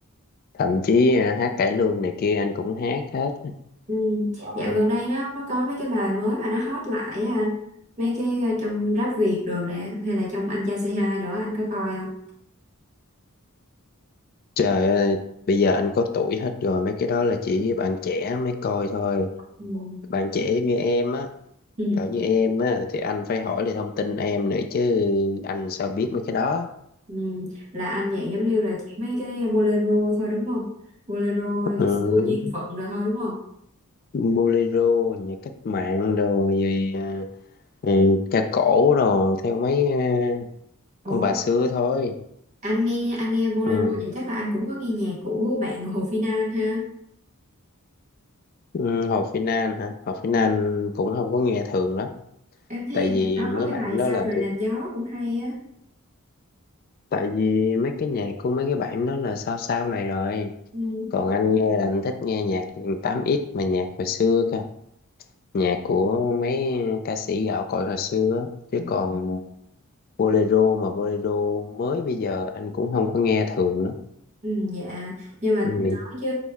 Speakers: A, on the left; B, on the right.
A: thậm chí à, hát cải lương này kia anh cũng hát hết
B: Ừ. Dạo gần đây nó nó có mấy cái bài mới mà nó hot lại á anh Mấy cái ờ, trong Rap Việt đồ nè Hay là trong Anh Trai Say Hi đó anh có coi không
A: Trời ơi, bây giờ anh có tuổi hết rồi, mấy cái đó là chỉ bạn trẻ mới coi thôi.
B: ừ.
A: Bạn trẻ như em á,
B: Ừ.
A: cỡ như em á, thì anh phải hỏi lại thông tin em nữa chứ anh sao biết mấy cái đó.
B: Ừ. Là anh vậy giống như là chỉ mấy cái bolero thôi đúng không Bolero là ngày
A: Ừ,
B: xưa duyên phận rồi thôi đúng không
A: bolero, nhạc cách mạng rồi, rồi ờ, ừ, ca cổ rồi, theo mấy ờ,
B: Ủa,
A: ông bà xưa thôi.
B: anh nghe anh nghe bolero
A: Ừ.
B: vậy chắc là anh cũng có nghe nhạc của bạn Hồ Phi Nan ha.
A: Ừ, Hồ Phi Nan hả? Hồ Phi Nan
B: Ừ,
A: cũng không có nghe thường lắm,
B: Em thấy
A: tại
B: bạn
A: vì
B: đó
A: mấy
B: có cái
A: bạn
B: bài
A: đó
B: Sao
A: là
B: trời
A: thuộc
B: làm gió cũng hay á.
A: tại vì mấy cái nhạc của mấy cái bạn đó là sao sao này rồi
B: Ừ.
A: còn anh nghe là anh thích nghe nhạc tám x mà nhạc hồi xưa cơ nhạc của mấy ca sĩ gạo cội hồi xưa á. chứ còn bolero mà bolero mới bây giờ anh cũng không có nghe thường lắm
B: Ừ, dạ nhưng mà
A: ừ.
B: nói chứ